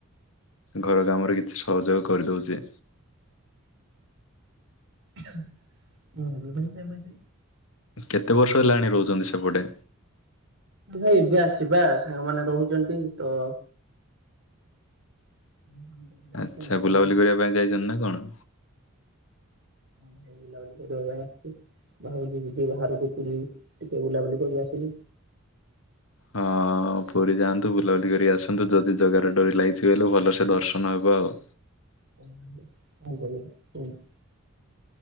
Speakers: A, on the left; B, on the right.
A: ଘର କାମରେ କିଛି ସହଯୋଗ କରିଦଉଛି।
B: ମୁଁ ବି ଭାଇ ସେମିତି
A: କେତେ ବର୍ଷ ହେଲାଣି ରହୁଛନ୍ତି ସେପଟେ?
B: ଭାଇ ଏବେ ଆସିଚି ପା ସାଙ୍ଗ ମାନେ ରହୁଚନ୍ତି। ତ <unintelligible>
A: ଆଚ୍ଛା
B: କହିଲେ
A: ବୁଲାବୁଲି କରିବା ପାଇଁ ଯାଇଚନ୍ତି ନା କଣ?
B: ହଁ ଭାଇ ବୁଲାବୁଲି କରିବାପାଇଁ ଆସିଛି। ଭାବୁଚି ଯିବି ବାହାରକୁ ପୁରୀ ଟିକେ ବୁଲାବୁଲି କରି ଆସିବି।
A: ହଁ। ହଁ ପୁରୀ ଯାଆନ୍ତୁ ବୁଲାବୁଲି କରି ଆସନ୍ତୁ ଯଦି ଜଗାର ଡୋରି ଲାଗିଛି ବଲେ ଭଲସେ ଦର୍ଶନ ହବ ଆଉ।
B: ହଁ ହଁ କରିବା <unintelligible>